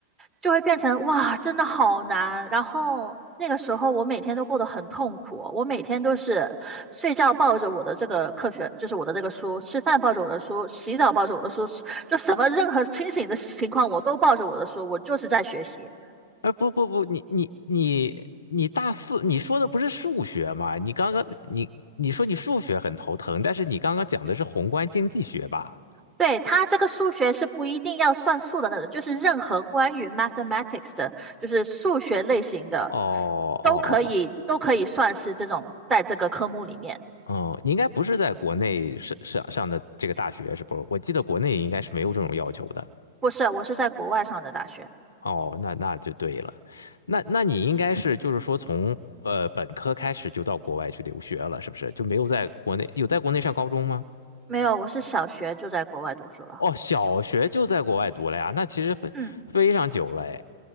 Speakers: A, on the right; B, on the left.
A: 就会变成哇，真的好难。然后那个时候我每天都过得很痛苦，我每天都是睡觉抱着我的这个课学，就是我的这个书，吃饭抱着我的书，洗澡抱着我的书，就什么任何清醒的情况我都抱着我的书，我就是在学习。
B: 哎不不不，你你你你大四，你说的不是数学吗？你刚刚你你说你数学很头疼，但是你刚刚讲的是宏观经济学吧？
A: 对，它这个数学是不一定要算数的那种，就是任何关于 mathematics 的，就是数学类型的，
B: 哦哦
A: 都可以都可以算是这种在这个科目里面。
B: 哦，嗯，你应该不是在国内上上上的这个大学是不是？我记得国内应该是没有这种要求的。
A: 不是，我是在国外上的大学，
B: 哦，那那就对了，那那你应该是就是说从呃本科开始就到国外去留学了，是不是？就没有在国内有在国内上高中吗？
A: 没有，我是小学就在国外读书了。
B: 哦，小学就在国外读了呀，那其实非非常久了哎。
A: 嗯，